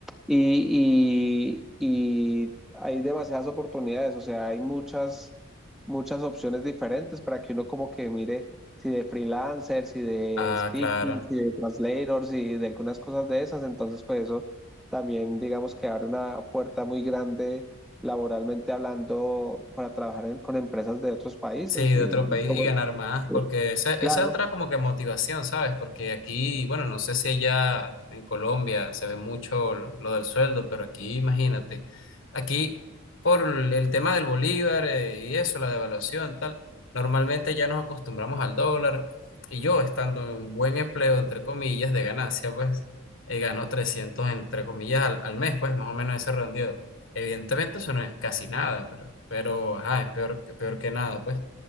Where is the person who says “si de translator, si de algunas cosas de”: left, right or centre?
Centre